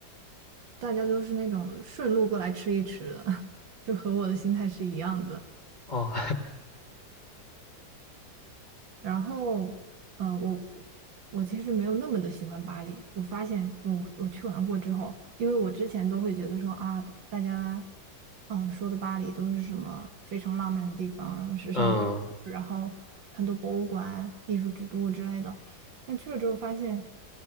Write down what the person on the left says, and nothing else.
哦，
<laughs>
嗯